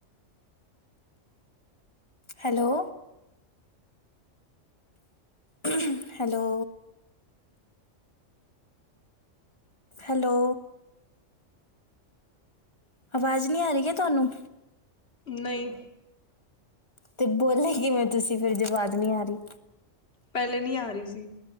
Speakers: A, on the left (about 20°); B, on the left (about 55°).
A: ਹੈਲੋ <inaudible> ਹੈਲੋ ਹੈਲੋ ਆਵਾਜ਼ ਨਹੀਂ ਆ ਰਹੀ ਹੈ ਤੁਹਾਨੂੰ
B: ਨਹੀਂ
A: ਤੇ ਬੋਲੇ ਕਿਵੇਂ ਤੁਸੀਂ ਫਿਰ ਆਵਾਜ਼ ਨਹੀਂ ਆ ਰਹੀ।
B: ਪਹਿਲੇ ਨਹੀਂ ਆ ਰਹੀ ਸੀ।